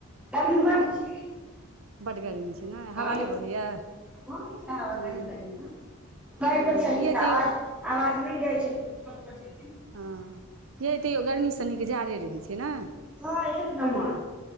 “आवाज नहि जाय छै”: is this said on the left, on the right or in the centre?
Centre